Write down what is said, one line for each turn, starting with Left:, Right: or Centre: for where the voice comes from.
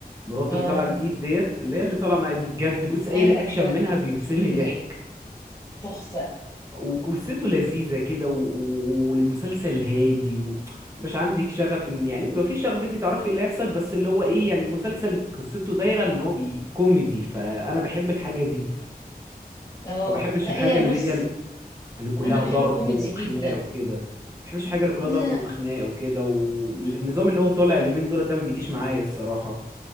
Right: مراته
Left: اه
Right: اللي طالعه جديد ديت اللي هي اللي طالعه معايا دي بجد بص اي
Left: ايوه
Right: رياكشن منها بيفصلني
Left: إيه،
Right: ضحك
Left: تحفة
Right: وقصته لذيذه كده و- و- والمسلسل هادي ومش عندك شغف ان يعني بيبقى في شغف ان انت تعرفي ايه اللي هيحصل بس اللي هو ايه يعني مسلسل قصته دايره ان هو بي كوميدي فانا بحب الحاجه دي
Left: اه
Right: ما بحبش
Left: لا
Right: الحاجه
Left: هي
Right: اللي
Left: بص
Right: هي اللي كلها
Left: انا بحب
Right: ضرب
Left: الكوميدي
Right: وخناقه
Left: جدا
Right: وكده ما بحبش الحاجه اللي كلها
Left: لا
Right: ضرب وخناقه وكده والنظام اللي هو طالع اليومين دول ده ما بيجيش معايا الصراحه